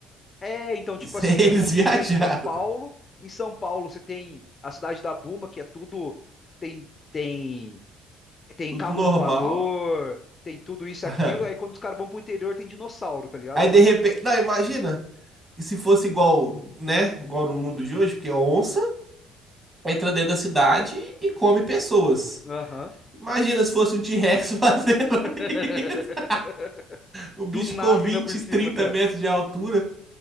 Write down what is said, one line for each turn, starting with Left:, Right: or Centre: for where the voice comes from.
Left: é, então tipo
Right: Isso
Left: assim,
Right: aí <laughs> eles
Left: é como
Right: viajaram.
Left: se estiver em São Paulo. Em São Paulo você tem a cidade da Buma, que é tudo tem tem tem
Right: Tudo
Left: carro
Right: normal.
Left: voador, tem tudo isso
Right: <laughs> Aham.
Left: e aquilo. Aí quando os caras vão pro interior tem dinossauro, tá ligado?
Right: Aí de
Left: Mas
Right: repente. Não, imagina. E se fosse igual, né? Igual no mundo de hoje, porque a onça entra dentro da cidade e come pessoas.
Left: aham.
Right: Imagina se fosse um T-Rex <laughs> fazendo
Left: <laughs>
Right: isso? <laughs> O bicho
Left: Do nada
Right: com 20,
Left: ainda por
Right: 30
Left: cima, cara.
Right: metros de altura,